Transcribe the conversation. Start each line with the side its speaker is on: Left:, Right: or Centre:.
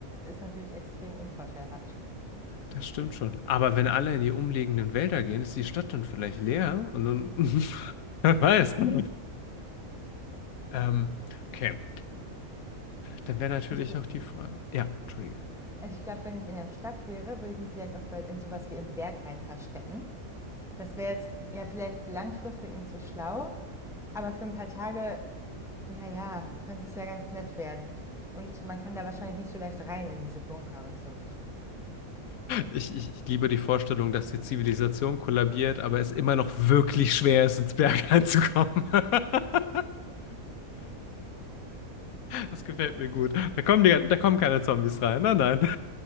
Centre: ist natürlich extrem unvorteilhaft.
Left: Das stimmt schon. Aber wenn alle in die umliegenden Wälder gehen, ist die Stadt dann vielleicht leer und dann, <laughs> wer weiß. <laughs> Ähm, okay, dann wäre natürlich
Centre: Ich,
Left: noch die Frage. Ja, entschuldige.
Centre: also ich glaube, wenn ich in der Stadt wäre, würde ich mich vielleicht auch in sowas wie im Berghain verstecken. Das wäre jetzt ja vielleicht langfristig nicht so schlau, aber für ein paar Tage, naja, könnte es ja ganz nett werden. Und man kann da wahrscheinlich nicht so leicht rein in diese Bunker und so.
Left: Ich, ich, ich liebe die Vorstellung, dass die Zivilisation kollabiert, aber es immer noch wirklich schwer ist, ins Berg reinzukommen. <laughs> Das gefällt mir gut. Da kommen die, da kommen keine Zombies rein. Nein, nein. <laughs>